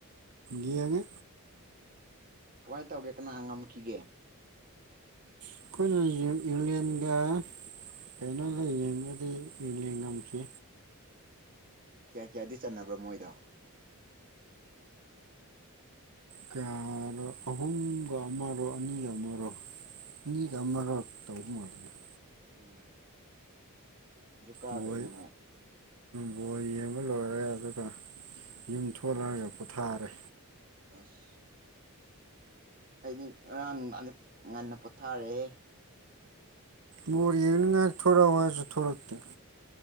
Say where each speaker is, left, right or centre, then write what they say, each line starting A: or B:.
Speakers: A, on the right; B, on the right.
A: ꯌꯦꯡꯉꯤ
B: ꯀꯃꯥꯏꯅ ꯇꯧꯒꯦ ꯀꯅꯥ ꯉꯝꯈꯤꯒꯦ
A: ꯑꯩꯈꯣꯏꯅ ꯏꯪꯂꯦꯟꯒ ꯀꯩꯅꯣꯗ ꯌꯦꯡꯕꯗꯤ ꯏꯪꯂꯦꯟꯅ ꯉꯝꯈꯤ
B: ꯀ꯭ꯌꯥ ꯀ꯭ꯌꯥꯗꯤ ꯆꯟꯅꯕ꯭ꯔꯣ ꯃꯣꯏꯗꯣ
A: ꯀꯌꯥꯔꯣ ꯑꯍꯨꯝꯒ ꯑꯃꯔꯣ ꯑꯅꯤꯒ ꯑꯃꯔꯣ ꯑꯅꯤꯒ ꯑꯃꯔ ꯇꯧꯕ ꯃꯥꯜꯂꯤꯅꯦ
B: ꯎꯝ ꯀꯥꯈ꯭ꯔꯦꯅꯦ
A: ꯃꯣꯏ
B: ꯑꯃꯨꯛ
A: ꯕꯣꯜ ꯌꯦꯡꯕ ꯂꯣꯏꯔꯦ ꯑꯗꯨꯒ ꯌꯨꯝ ꯊꯣꯔ‌ꯑꯒ ꯄꯣꯊꯥꯔꯦ
B: ꯑꯁ ꯑꯩꯗꯤ ꯉꯔꯥꯡ ꯅꯨꯡꯗꯥꯡꯗꯤ ꯉꯟꯅ ꯄꯣꯊꯥꯔ‌ꯦꯍ‌ꯦ
A: ꯕꯣꯜ ꯌꯦꯡꯅꯤꯉꯥꯏ ꯊꯣꯛꯔꯛꯎ ꯍꯥꯌꯕꯁꯨ ꯊꯣꯛꯔꯛꯇꯦ